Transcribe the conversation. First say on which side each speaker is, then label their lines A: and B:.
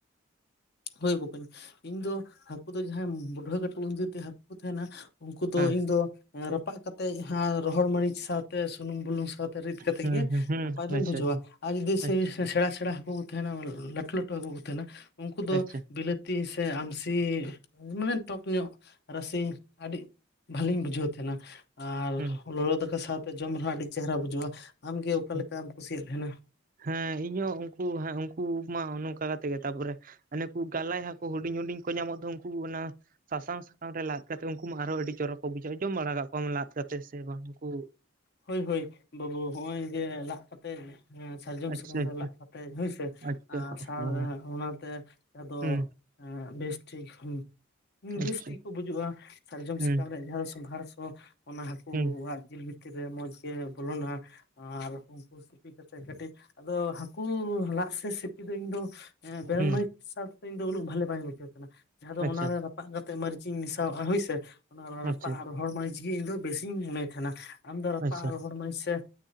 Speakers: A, on the left; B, on the right.
A: ᱦᱳᱭ ᱵᱚᱠᱚᱧ ᱤᱧ ᱫᱚ ᱦᱟᱹᱠᱩ ᱫᱚ ᱡᱟᱦᱟᱸᱭᱮᱢ ᱵᱩᱰᱷᱟᱹ ᱠᱟᱹᱴᱩᱵ <unintelligible> ᱦᱟᱸᱠᱩ ᱠᱚ ᱛᱟᱦᱮᱱᱟ ᱩᱱᱠᱩ ᱫᱚ
B: ᱦᱮᱸ
A: ᱤᱧ ᱫᱚ ᱨᱟᱯᱟᱜ ᱠᱟᱛᱮ ᱛᱮᱡ ᱦᱟᱸ ᱨᱚᱦᱚᱲ ᱢᱟᱹᱨᱤᱡ ᱥᱟᱶᱛᱮ ᱥᱩᱱᱩᱢ ᱵᱩᱞᱩᱝ ᱥᱟᱶᱛᱮ ᱨᱤᱫ ᱠᱟᱛᱮ
B: ᱦᱩᱸ
A: ᱜᱮ
B: ᱦᱩᱸ ᱦᱩᱸ
A: ᱱᱟᱯᱟᱭ ᱫᱚᱧ
B: ᱟᱪᱪᱷᱟ
A: ᱵᱩᱡᱷᱟᱹᱣᱟ
B: ᱟᱪᱪᱷᱟ
A: ᱟᱨ ᱡᱩᱫᱤ ᱥᱮ
B: ᱟᱪᱪᱷᱟ
A: ᱥᱮᱬᱟ ᱥᱮᱬᱟ ᱦᱟᱹᱠᱩ ᱛᱟᱦᱮᱱᱟ ᱞᱟᱹᱴᱩ ᱞᱟᱹᱴᱩ ᱦᱟᱹᱠᱩ ᱠᱚ ᱛᱟᱦᱮᱱᱟ ᱩᱱᱠᱩ ᱫᱚ
B: <inaudible>
A: ᱵᱤᱞᱟᱹᱛᱤ ᱥᱮ ᱟᱢᱥᱤ ᱢᱟᱱᱮ ᱴᱚᱠ ᱧᱚᱜ ᱨᱟᱥᱮ ᱟᱹᱰᱤ ᱵᱷᱟᱞᱤᱧ ᱵᱩᱡᱷᱟᱹᱣ ᱛᱟᱦᱮᱸᱱᱟ ᱟᱨ
B: ᱦᱩᱸ
A: ᱞᱚᱞᱚ ᱫᱟᱠᱟ ᱥᱟᱶᱛᱮ ᱡᱚᱢ ᱨᱮᱦᱚᱸ ᱟᱹᱰᱤ ᱪᱮᱦᱨᱟ ᱵᱩᱡᱩᱜᱼᱟ᱾ ᱟᱢᱜᱮ ᱚᱠᱟ
B: ᱦᱩᱸ
A: ᱞᱮᱠᱟᱢ ᱠᱩᱥᱤᱭᱟᱜ ᱛᱟᱦᱮᱱᱟ
B: ᱦᱮᱸ ᱤᱧ ᱦᱚᱸ ᱩᱱᱠᱩ ᱦᱮᱸ ᱩᱱᱠᱩ ᱢᱟ ᱱᱚᱝᱠᱟ ᱠᱟᱛᱮ ᱜᱮ ᱛᱟᱯᱚᱨᱮ ᱚᱱᱮᱠᱩ ᱜᱟᱞᱟᱭ ᱦᱟᱠᱳ ᱦᱩᱰᱤᱧ ᱦᱩᱰᱤᱧ ᱠᱚ ᱧᱟᱢᱚᱜ ᱫᱚ ᱩᱱᱠᱩ ᱚᱱᱟ ᱥᱟᱥᱟᱝ ᱥᱟᱠᱟᱢ ᱨᱮ ᱞᱟᱫ ᱠᱟᱛᱮ ᱩᱱᱠᱩ ᱢᱟ ᱟᱨᱦᱚᱸ ᱟᱹᱰᱤ ᱪᱚᱨᱚᱠ ᱠᱚ ᱵᱩᱡᱷᱟᱹᱜᱼᱟ᱾ ᱡᱚᱢ ᱵᱟᱲᱟ ᱠᱟᱜ ᱠᱚᱣᱟᱢ ᱞᱟᱫ ᱠᱟᱛᱮ ᱥᱮ ᱵᱟᱝ ᱩᱱᱠᱩ
A: ᱦᱳᱭ ᱦᱳᱭ ᱵᱟᱹᱵᱩ ᱱᱚᱦᱚᱭ ᱜᱮ ᱞᱟᱜ ᱠᱟᱛᱮ ᱥᱟᱨᱡᱚᱢ
B: ᱟᱪᱪᱷᱟ
A: ᱥᱟᱠᱟᱢ
B: ᱟᱪᱪᱷᱟ
A: ᱨᱮ ᱞᱟᱜ ᱠᱟᱛᱮᱫ ᱦᱳᱭᱥᱮ
B: ᱟᱪᱪᱷᱟ
A: ᱟ
B: ᱚ
A: ᱚᱱᱟᱛᱮ ᱟᱫᱚ
B: ᱦᱩᱸ
A: ᱦᱮᱸ ᱵᱮᱥ ᱴᱷᱤᱠ ᱦᱩᱸ
B: ᱟᱪᱪᱷᱟ
A: ᱵᱮᱥ ᱴᱷᱤᱠ ᱠᱚ ᱵᱩᱡᱩᱜᱼᱟ ᱥᱟᱨᱡᱚᱢ
B: ᱦᱩᱸ
A: ᱥᱟᱠᱟᱢ ᱨᱮᱭᱟᱜ ᱡᱟᱦᱟᱸ ᱫᱚ ᱥᱚᱸᱫᱷᱟᱲ ᱥᱚ ᱚᱱᱟ ᱦᱟᱹᱠᱩᱣᱟᱜ
B: ᱦᱩᱸ
A: ᱡᱤᱞ ᱵᱷᱤᱛᱤᱨ ᱨᱮ ᱢᱚᱡᱽ ᱜᱮ ᱵᱚᱞᱚᱱᱟ ᱟᱨ ᱩᱱᱠᱩ ᱥᱤᱯᱤ ᱠᱟᱛᱮᱫ ᱠᱟᱹᱴᱤᱡ ᱟᱫᱚ ᱦᱟᱹᱠᱩ ᱞᱟᱜ ᱥᱮ ᱥᱤᱯᱤ ᱫᱚ ᱤᱧ ᱫᱚ ᱦᱮᱸ ᱵᱮᱨᱮᱞ
B: ᱦᱩᱸ
A: ᱢᱟᱹᱨᱤᱡ ᱥᱟᱶᱛᱮ ᱤᱧ ᱫᱚ ᱩᱱᱟᱹᱜ ᱵᱷᱟᱞᱮ ᱵᱟᱹᱧ ᱵᱩᱡᱷᱟᱹᱣ ᱛᱟᱦᱮᱱᱟ ᱡᱟᱦᱟᱸ ᱫᱚ
B: ᱟᱪᱪᱷᱟ
A: ᱚᱱᱟᱨᱮ ᱨᱟᱯᱟᱜ ᱠᱟᱛᱮᱫ ᱢᱟᱹᱨᱤᱪ ᱤᱧ ᱢᱮᱥᱟᱣᱟᱜᱼᱟ ᱦᱳᱭᱥᱮ ᱚᱱᱟ
B: ᱟᱪᱪᱷᱟ
A: ᱨᱟᱯᱟᱜ ᱟᱨ ᱨᱚᱦᱚᱲ ᱢᱟᱹᱨᱤᱪ ᱜᱮ ᱤᱧ ᱫᱚ ᱵᱮᱥᱤᱧ ᱢᱚᱱᱮᱭ ᱛᱟᱦᱮᱱᱟ᱾ ᱟᱢ ᱫᱚ ᱨᱟᱯᱟᱜ
B: ᱟᱪᱪᱷᱟ
A: ᱨᱚᱦᱚᱲ ᱢᱟᱹᱨᱤᱪ ᱥᱮ